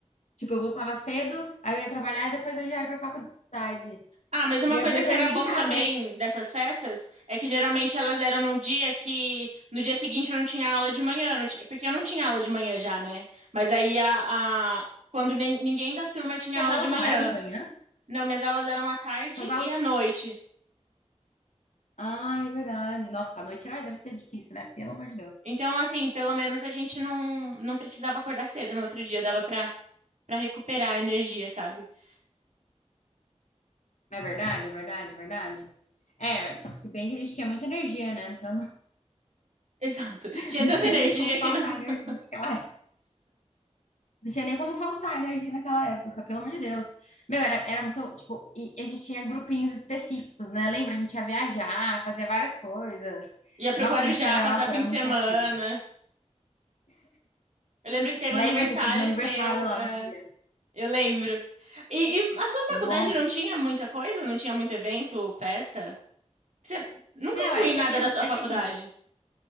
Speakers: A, on the left (about 80°); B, on the right (about 70°).
A: Tipo, eu voltava cedo, aí eu ia trabalhar e depois eu já ia pra faculdade.
B: Ah, mas uma
A: E às
B: coisa
A: vezes
B: que
A: eu
B: era
A: emendava
B: bom também
A: ainda.
B: dessas festas é que geralmente elas eram num dia que no dia seguinte eu não tinha aula de manhã, não ti- porque eu não tinha aula de manhã já, né? Mas aí a, a- quando nem- ninguém da turma tinha
A: Suas
B: aula
A: aulas
B: de manhã.
A: não eram de manhã?
B: Não, minhas aulas eram à tarde
A: Suas aulas.
B: e à noite.
A: Ai, é verdade. Nossa, à noite ai, deve ser difícil, né? Pelo amor de Deus.
B: Então, assim, pelo menos a gente não, não precisava acordar cedo no outro dia, dava pra, pra recuperar a energia, sabe? <laughs>
A: Não é verdade, é verdade, é verdade. É, se bem que a gente tinha muita energia, né? Então não,
B: Exato.
A: <laughs>
B: Tinha
A: não
B: tanta
A: tinha
B: energia
A: nem como
B: que
A: faltar
B: não... <laughs>
A: energia naquela época. Não tinha nem como faltar energia naquela época, pelo amor de Deus. Meu, era, era muito, tipo, e a gente tinha grupinhos específicos, né? Lembra? A gente ia viajar, fazia várias coisas.
B: ia pro
A: Nossa,
B: Guarujá
A: a gente era,
B: passar
A: nossa,
B: fim
A: era muito
B: de semana.
A: ativo.
B: Eu lembro que teve
A: Lembra
B: um aniversário
A: que eu fiz meu aniversário
B: seu.
A: lá
B: é,
A: um dia?
B: Eu lembro. E, e a sua faculdade
A: Nossa.
B: não tinha muita coisa? Não tinha muito evento, festa? Você nunca
A: Meu,
B: fui
A: é
B: em
A: que
B: nada
A: a minha.
B: da sua
A: É
B: faculdade.
A: que assim,